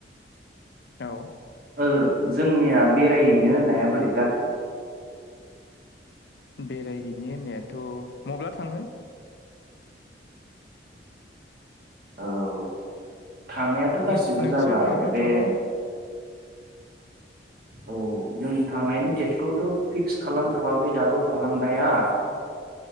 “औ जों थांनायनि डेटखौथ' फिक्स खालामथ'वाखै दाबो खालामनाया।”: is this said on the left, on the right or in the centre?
Right